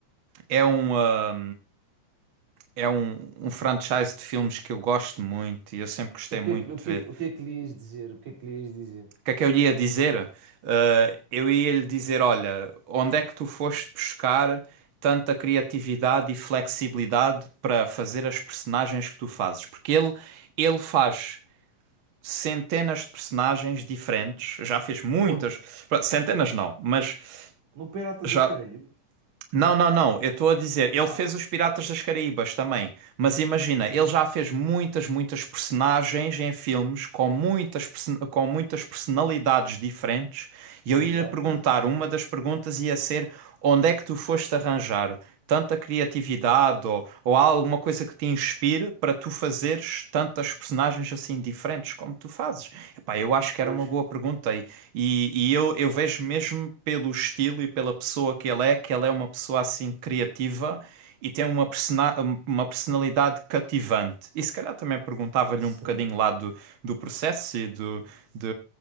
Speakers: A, on the right; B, on the right.
A: é, um, ah, é um, um franchise de filmes que eu gosto muito e eu sempre gostei
B: O que
A: muito
B: é que, o
A: de
B: que,
A: ver.
B: é que- o que é que lhe ias dizer? O que é que lhe ias dizer?
A: O que é que eu lhe ia dizer? Ah, eu ia lhe dizer, olha, onde é que tu foste buscar tanta criatividade e flexibilidade para fazer as personagens que tu fazes? Porque ele, ele faz centenas de personagens diferentes, já fez muitas,
B: Onde?
A: pá, centenas não, mas
B: No Pirata
A: já
B: das Caraíbas?
A: não, não, não. Eu estou a dizer, ele
B: Ah,
A: fez os Piratas das Caraíbas também. Mas imagina,
B: sim.
A: ele já fez muitas, muitas personagens em filmes com muitas, person- com muitas personalidades diferentes. E eu
B: Exato,
A: ia-lhe perguntar,
B: exato.
A: uma das perguntas ia ser: onde é que tu foste arranjar tanta criatividade ou, ou há alguma coisa que te inspire para tu fazeres tantas personagens assim diferentes como tu fazes? Epá, eu acho que
B: Pois.
A: era uma boa pergunta. E e, e eu, eu vejo mesmo pelo estilo e pela pessoa que ele é, que ele é uma pessoa assim criativa e tem uma, persona- uma personalidade cativante. E se calhar também perguntava-lhe
B: Sim.
A: um bocadinho lá do, do processo e do, de,